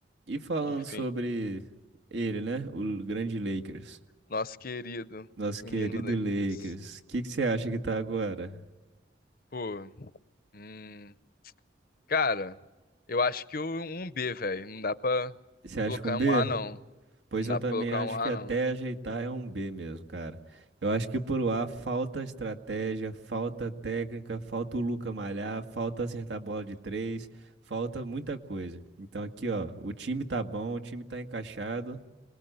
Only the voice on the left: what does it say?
Enfim,
nosso querido
menino
Lakers.
Pô, hum, Cara, eu acho que o- um B, velho. Não dá pra
colocar
um A, não.
Não dá
pra colocar
um A,
não.